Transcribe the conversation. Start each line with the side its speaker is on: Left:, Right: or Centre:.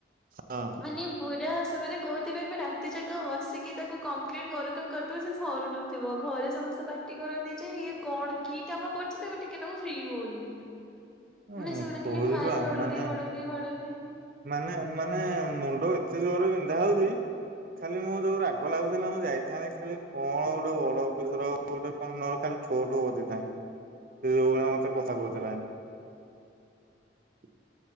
Right: ହଁ।
Centre: ମାନେ ପୁରା ସେମାନେ କହୁଥିବେ ଆମେ ରାତି ଯାକ ବସିକି ତାକୁ କମ୍ପ୍ଲିଟ୍ କରୁଥିବୁ କରୁଥିବୁ ସେ ସରୁନ ଥିବ। ଘରେ ସମସ୍ତେ ପାଟି କରନ୍ତି ଯେ ଇଏ କଣ କି କାମ କରୁଛି ତାକୁ ଟିକେ ତାକୁ ଫ୍ରି ହଉନି।
Right: <unintelligible> ହଁ
Centre: ମାନେ ସେମାନେ
Right: କହୁଚିପା
Centre: ଖାଲି ଭାଇଲ ବାଡଉଥିବେ
Right: ମାନେ
Centre: ବାଡଉଥିବେ ବାଡଉଥିବେ।
Right: ମାନେ ମାନେ ମୁଣ୍ଡ ଏତେ ଜୋରରେ ବିନ୍ଧା ହଉଛି। ଖାଲି ମୋର ଯୋଉ ରାଗ ଲାଗୁଥିଲା, ମୁଁ ଯାଇଥାନ୍ତି ଖାଲି କଣ ଗୋଟେ ବଡ ଅଫିସର ନହଲେ କାଲି ଠୋ ଠୋ ବଯେଇଥାନ୍ତି, ସେ ଯୋଉ ଭଳିଆ ମତେ କଥା କହୁଥିଲା। <unintelligible>